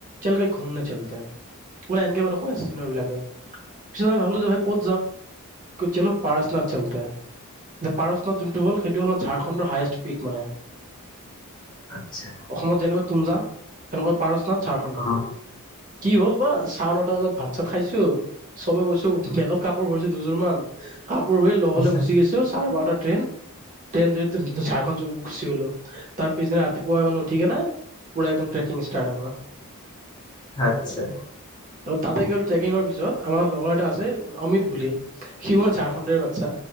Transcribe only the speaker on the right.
চল কহি ঘুম নে চলতে, মানে এনেকে মানে কৈ আছে চিনিয়ৰ বিলাকে। পিছত আমি ভাবিলো যে ভাই ক'ত যাম, কয় চলো পাৰ্চনাথ চলতে হে, এতিয়া পাৰসনাথ যোনটো হ'ল সেইটো হল ঝাৰখণ্ডৰ হায়েষ্ট পিক মানে।
অসমত যেনেকৈ তুমজাং, এনেকৈ পাৰচ <unintelligible> ঝাৰখণ্ড।
কি হ'ল বা চাৰে নটা বজাত ভাত চাত খাইছো চবে গৈছো বেগত কাপোৰ ভৰাইছোঁ দুযোৰ মান কাপোৰ <unintelligible> লহলে
গুচি গেছো চাৰে বাৰটাত ট্ৰেইন-ট্ৰেইন ধৰিটো ঝাৰখণ্ড গুচি গ'লো তাৰ পিছদিনা ৰাতিপুৱাই মানে উঠিকেনে পূৰা একদম ট্ৰেকিং ষ্টাৰ্ট আমাৰ।
তাতে গ'ল ট্ৰেকিঙৰ পিছত আমাৰ লগৰ এটা আছে অমিত বুলি, সি মানে ঝাৰখণ্ডৰে বাচ্ছা,